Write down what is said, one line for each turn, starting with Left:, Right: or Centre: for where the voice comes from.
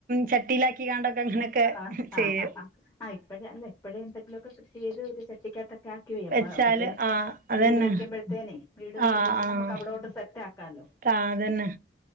Right: ചട്ടിയിലാക്കിങ്ങാണ്ടൊക്കെ അങ്ങനെ ക്കെ
Left: ആഹ്
Right: ചെയ്യും
Left: ആഹ് ആഹ് ആഹ് ആഹ് ഇപ്പഴ് അല്ല ഇപ്പഴേ എന്തങ്കിലുവൊക്കെ കൃഷി ചെയ്ത് <unintelligible> ട്ടിക്കാത്തൊക്കെ ആക്കി വെയ് <unintelligible>
Right: വെച്ചാല്
Left: അപ്പഴ്ത്തെന്
Right: ആഹ് അതന്നെ
Left: വീട് വെക്കുമ്പഴ്ത്തേനെ വീട് വെക്കുമ്പഴ്ത്തേ
Right: ആഹ് ആഹ്
Left: നമുക്ക് അവിടോട്ട്‌ സെറ്റ് ആക്കാല്ലോ
Right: താ തന്നെ